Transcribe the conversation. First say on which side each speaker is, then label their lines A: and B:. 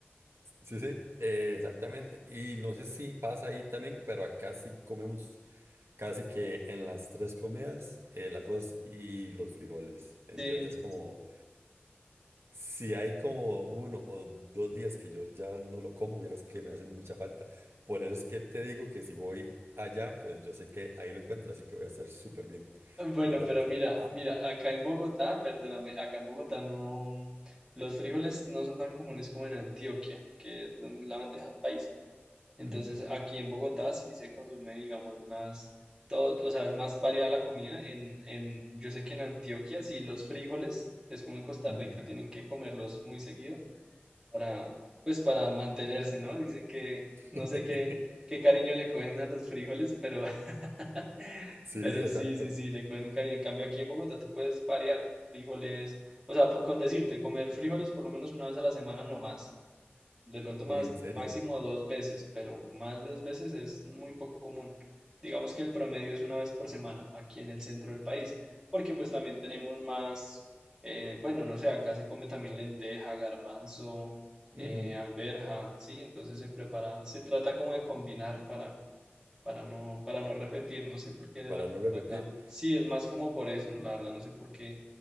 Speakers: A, on the right (about 85°); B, on the right (about 20°).
A: sí, sí, eh, exactamente. Y no sé si pasa ahí también, pero acá sí comemos casi que en las tres comidas el arroz y los frijoles. Entonces
B: Sí.
A: es como... Si hay como uno o dos días que yo ya no lo como, vieras que me hace mucha falta. Por eso es que te digo que si voy allá, pues yo sé que ahí lo encuentro, así que voy a estar súper bien,
B: Bueno,
A: ¿verdad?
B: pero mira,
A: Ah,
B: mira, acá en Bogotá, perdóname, acá en Bogotá no, los frijoles no son tan comunes como en Antioquia, que es donde es la bandeja paisa. Entonces,
A: ujú,
B: aquí en Bogotá sí se consume, digamos, más todo, o sea, es más variada la comida. En, en, yo sé que en Antioquia sí los frijoles, es como en Costa
A: ujú.
B: Rica, tienen que comerlos muy seguido para, pues para mantenerse, ¿no? Dicen que
A: <laughs>
B: no sé qué, qué cariño le cogen a los frijoles, pero, <laughs>
A: Sí,
B: pero
A: exacto.
B: sí, sí, sí, le cogen un cariño. En cambio, aquí en Bogotá tú puedes variar, ¿no? frijoles, o sea, po- con decirte, comer frijoles por lo menos una vez a la semana no más. De pronto más,
A: Uy, en serio.
B: máximo dos veces, pero más de dos veces es muy poco común. Digamos que el promedio es una vez por semana aquí en el centro del país, porque pues también tenemos más, eh, bueno, no sé, acá se come también lenteja, garbanzo,
A: Ujú,
B: eh, alberja, ¿sí? Entonces se prepara, se trata como de combinar para, para no, para no repetir, no sé por qué era
A: Para
B: la cultura
A: no repetir.
B: acá. Sí, es más como por eso, la verdad, no sé por qué